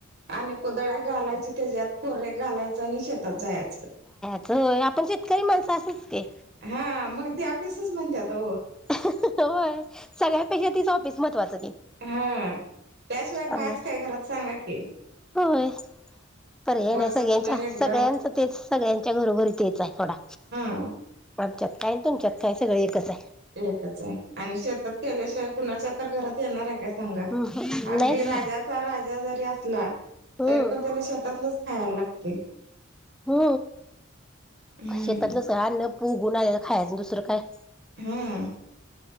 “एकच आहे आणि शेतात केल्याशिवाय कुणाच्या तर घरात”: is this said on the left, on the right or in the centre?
Right